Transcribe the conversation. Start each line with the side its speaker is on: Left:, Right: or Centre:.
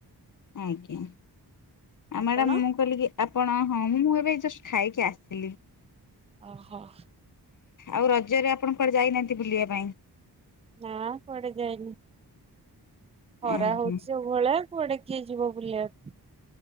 Left: ଆଜ୍ଞା, ଆଉ
Right: ଆପଣ?
Left: ମ୍ୟାଡ଼ାମ୍ ମୁଁ କହିଲିିକି ଆପଣ ହଁ, ମୁଁ ଏବେ ଜଷ୍ଟ୍ ଖାଇକି ଆସିଲି।
Right: ଓହୋଃ।
Left: ଆଉ ରଜରେ ଆପଣ କୁଆଡେ ଯାଇନାହାନ୍ତି ବୁଲିବା ପାଇଁ?
Right: ନା କୁଆଡେ ଯାଇନି, ଖରା
Left: ଆଜ୍ଞା
Right: ହଉଛି ଆଉ। ଭଲା କୁଆଡେ କିଏ ଯିବ ବୁଲିବାକୁ।